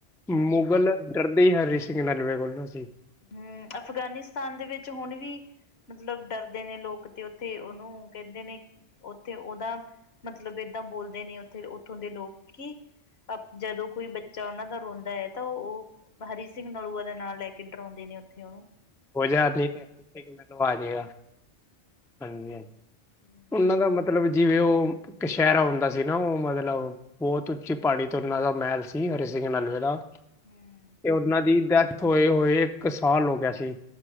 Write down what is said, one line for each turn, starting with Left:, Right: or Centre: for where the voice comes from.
Left: ਹੂੰ
Centre: ਮੁਗਲ ਡਰਦੇ ਈ ਹਰੀ ਸਿੰਘ ਨਲਵੇ ਕੋਲੋਂ ਸੀ।
Left: ਹਮ ਅਫਗਾਨਿਸਤਾਨ ਦੇ ਵਿੱਚ ਹੁਣ ਵੀ ਮਤਲਬ ਡਰਦੇ ਨੇ ਲੋਕ ਤੇ ਓਥੇ ਓਨੂੰ ਕੈਂਦੇ ਨੇ ਓਥੇ ਓਦਾ ਮਤਲਬ ਏਦਾਂ ਬੋਲਦੇ ਨੇ ਉੱਥੇ ਉੱਥੋਂ ਦੇ ਲੋਕ ਕੀ ਜਦੋਂ ਕੋਈ ਬੱਚਾ ਓਨਾਂ ਦਾ ਰੋਂਦਾ ਐ ਤਾਂ ਓ ਹਰੀ ਸਿੰਘ ਨਲੂਏ ਦਾ ਨਾਂ ਲੈ ਕੇ ਕਿ ਡਰੌਂਦੇ ਨੇ ਓਥੇ ਓਨੂੰ
Centre: ਹੋ ਜਾ <inaudible> ਆ ਜੇਗਾ ਹਾਂਜੀ ਹਾਂਜੀ
Left: ਹਮ
Centre: ਉਂਨਾਂ ਦਾ ਮਤਲਬ ਜਿਵੇਂ ਓ ਕਛੈਰਾ ਹੁੰਦਾ ਸੀ ਨਾ ਓ ਮਤਲਬ ਬੋਤ ਉੱਚੀ ਪ੍ਹਾੜੀ ਤੋਂ ਓਨਾਂ ਦਾ ਮ੍ਹੈਲ ਸੀ ਹਰੀ ਸਿੰਘ ਨਲਵੇ ਦਾ
Left: ਹਮ
Centre: ਤੇ ਓਨਾਂ ਦੀ ਦੈਥ ਓਏ ਓਏ ਇੱਕ ਸਾਲ ਹੋ ਗਿਆ ਸੀ।